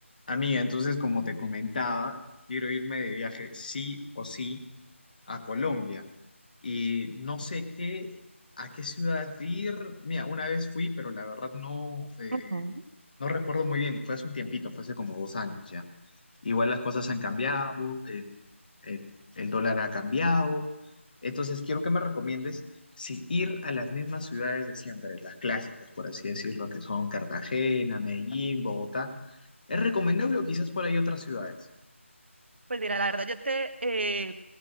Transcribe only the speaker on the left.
Amiga, entonces, como te comentaba, quiero irme de viaje sí o sí a Colombia. Y no sé qué, a qué ciudad ir. Mira, una vez fui, pero la verdad no, eh,
no recuerdo muy bien, fue hace un tiempito, fue hace como dos años ya. Igual las cosas han cambiado, el, el- el dólar ha cambiado. Entonces, quiero que me recomiendes si ir a las mismas ciudades de siempre, las clásicas, por así decirlo, que son Cartagena, Medellín, Bogotá. ¿Es recomendable o quizás por ahí otras ciudades?